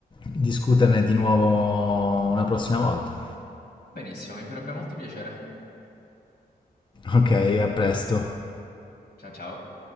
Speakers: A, on the left; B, on the left.
A: discuterne di nuovo una prossima volta.
B: Benissimo, mi farebbe molto piacere.
A: Ok, a presto.
B: Ciao ciao.